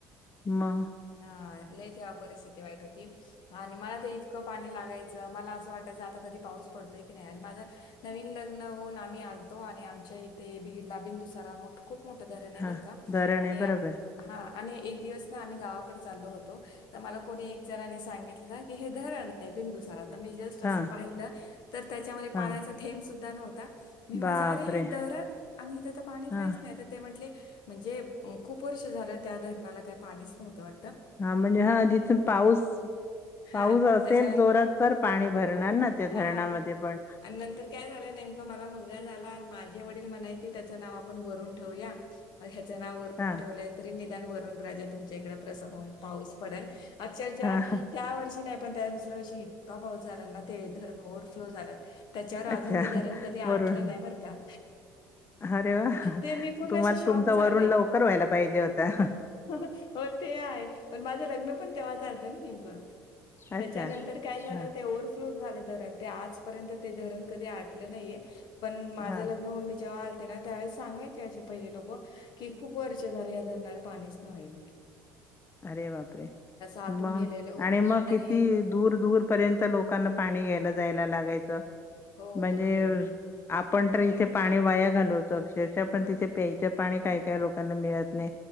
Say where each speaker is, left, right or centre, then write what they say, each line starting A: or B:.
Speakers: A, on the left; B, on the left.
A: म
B: हा लय तेव्हा परिस्थिती वाईट होती. आणि मला तर इतक पाणी लागायच मला अस वाटायच आता कधी पाऊस पडतोय की नाही आणि माझा नवीन लग्न होऊन आम्ही आलतो आणि आमच्या इथे बिडला बिंदुसारा मोठ खूप मोठ धरण आहे
A: हा
B: बर का
A: धरण
B: आणि
A: आहे बरोबर
B: हा आणि एक दिवस ना आम्ही गावाकडे चालो होतो. तर मला कोणी एक जणनी सांगितलं की हे धरण आहे बिंदुसारा तर मी जस्ट
A: हा
B: अस पाहिल तर त्याच्यामध्ये
A: हा
B: पाण्याचा थेंब सुद्धा नव्हता. मी माझा
A: बापरे
B: अरे हे धरण आणि इथ तर पाणी
A: हा
B: काहीच नाही. ते म्हट म्हणजे खूप वर्ष झाल त्या धरणाला त्यात पाणीच नव्हत वा
A: हा म्हणजे हा जिथून पाऊस पाऊस
B: हां,
A: असेल
B: त्याच्यानंतर
A: जोरात तर पाणी भरणार ना ते
B: हां.
A: धरणामध्ये पण,
B: आणि नंतर काय झाल नेमक मला मुलगा झाला आणि माझे वडील म्हणायचे त्याच नाव आपण वरून ठेवूया. ग ह्याच नाव वरून
A: हा
B: ठेवलय तरी निदान वरून राजा तुमच्या इकड प्रसन्न होऊन पाऊस पडल. अक्षरक्ष
A: हा
B: त्या वर्षी नाही पण त्या दुसऱ्या वर्षी- इतका पाऊस झाला ना ते धरण ओ्हरफ्लो झाल त्याच्यावर
A: अच्छा
B: अजून ते धरण कधी
A: वरून
B: आटल नाही बर का.
A: अरे वा!
B: ते मी पूर्ण
A: तुम्हाला
B: अशी शॉक
A: तुमचा वरुून
B: झाले.
A: लवकर व्हायला पाहिजे होता.
B: हो ते आहे, पण माझ लग्न पण तेव्हा झालत ना नेमक.
A: अच्छा
B: त्याच्यानंतर काय झाल
A: हा
B: ते ओ्हफ्लो झाल धरण. ते आजपर्यंत ते धरण कधी आटल नाहीये पण माझ
A: हा
B: लग्न म्हून मी जेव्हा आल ते ना त्यावेळेस सांगायचे असे पहिले लोक की खूप वर्ष झाले या धरणा ला पाणीच नव् म्हट
A: अरे बापरे!
B: आटून
A: मग
B: गेलेलं होतं
A: आणि मग किती
B: आणि
A: दूर दूर पर्यंत लोकांना पाणी घ्यायला जायला लागायच
B: हो
A: म्हणजे
B: हो ते
A: आपण ड्रिल चे पाणी वाया घालवतो अक्षरशः पण तिथे प्यायच पाणी काही काय लोकांना मिळत नाही.